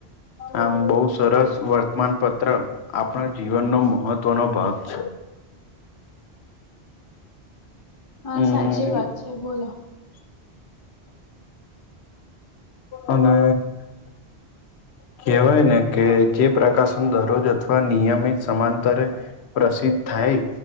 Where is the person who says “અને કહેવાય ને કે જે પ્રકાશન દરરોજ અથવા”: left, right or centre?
Left